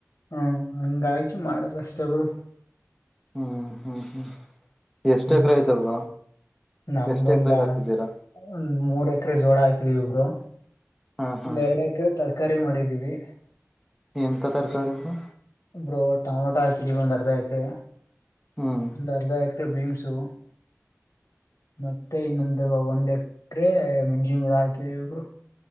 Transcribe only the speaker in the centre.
ಹ್ಮ್ ಹ್ಮ್ ಹ್ಮ್ ಎಷ್ಟ್
ಎಕರೆ ಆಯ್ತ ಬ್ರೋ
ಎಷ್ಟ್ ಎಕರೆಗೆ ಹಾಕಿದ್ದೀರಾ
ಹಾ ಹಾ
ಎಂತ ತರಕಾರಿ ಬ್ರೋ
ಹ್ಮ್